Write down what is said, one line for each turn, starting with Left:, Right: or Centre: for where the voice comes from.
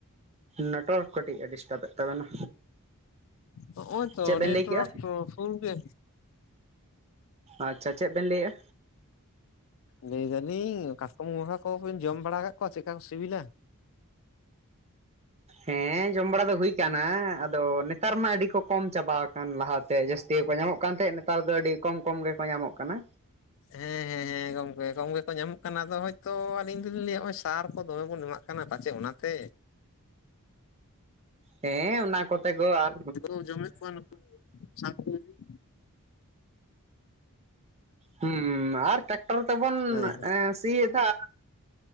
Right: ᱱᱟᱴᱚᱣᱟᱨᱠ ᱠᱟᱹᱴᱤᱡ ᱮ ᱰᱤᱥᱴᱟᱵ ᱮᱫ ᱛᱟᱵᱮᱱᱟ᱾
Left: ᱱᱚᱜᱼᱚᱭ ᱛᱚ
Right: ᱪᱮᱫ ᱵᱮᱱ
Left: ᱱᱮᱴᱚᱣᱟᱨᱠ
Right: ᱞᱟᱹᱭ ᱠᱮᱜᱼᱟ
Left: ᱫᱚ ᱯᱩᱞ ᱜᱮ
Right: ᱟᱪᱪᱷᱟ ᱪᱮᱫ ᱵᱮᱱ ᱞᱟᱹᱭᱮᱜᱼᱟ?
Left: ᱞᱟᱹᱭ ᱫᱟᱞᱤᱧ ᱠᱟᱥᱴᱚᱢ ᱜᱚᱝᱜᱟ ᱠᱚ ᱵᱤᱱ ᱡᱚᱢ ᱵᱟᱲᱟ ᱠᱟᱫ ᱠᱚᱣᱟ ᱪᱮᱫᱠᱟ ᱠᱚ ᱥᱤᱵᱤᱞᱟ?
Right: ᱦᱮᱸ ᱡᱚᱢ ᱵᱟᱲᱟ ᱫᱚ ᱦᱩᱭ ᱠᱟᱱᱟ ᱟᱫᱚ ᱱᱮᱛᱟᱨ ᱢᱟ ᱟᱹᱰᱤ ᱠᱚ ᱠᱚᱢ ᱪᱟᱵᱟᱣ ᱠᱟᱱ ᱞᱟᱦᱟᱛᱮ ᱡᱟᱹᱥᱛᱤ ᱜᱮ ᱠᱚ ᱧᱟᱢᱚᱜ ᱠᱟᱱ ᱛᱟᱦᱮᱸᱫ ᱱᱮᱛᱟᱨ ᱫᱚ ᱟᱹᱰᱤ ᱠᱚᱢ ᱠᱚᱢ ᱜᱮᱠᱚ ᱧᱟᱢᱚᱜ ᱠᱟᱱᱟ᱾
Left: ᱦᱮᱸ ᱦᱮᱸ ᱦᱮᱸ ᱦᱮᱸ ᱜᱚᱝᱠᱮ ᱠᱚᱢ ᱜᱮ ᱠᱚ ᱧᱟᱢᱚᱜ ᱠᱟᱱᱟ ᱟᱫᱚ ᱦᱚᱭᱛᱳ ᱟᱞᱤᱧ ᱫᱚᱞᱤᱧ ᱞᱟᱹᱭᱟ ᱱᱚᱜᱚᱭ ᱥᱟᱨ ᱠᱚ ᱫᱚᱢᱮ ᱵᱚᱱ ᱮᱢᱟᱜ ᱠᱟᱱᱟ ᱯᱟᱪᱷᱮᱜ ᱚᱱᱟᱛᱮ,
Right: ᱦᱮᱸ ᱚᱱᱟ ᱠᱚᱛᱮ ᱜᱚ ᱟᱨ
Left: <inaudible>
Right: ᱦᱮᱸ ᱟᱨ ᱴᱨᱟᱠᱴᱟᱨ ᱛᱮᱵᱚᱱ
Left: ᱦᱮᱸ
Right: ᱥᱤᱭᱮᱫᱟ <inaudible>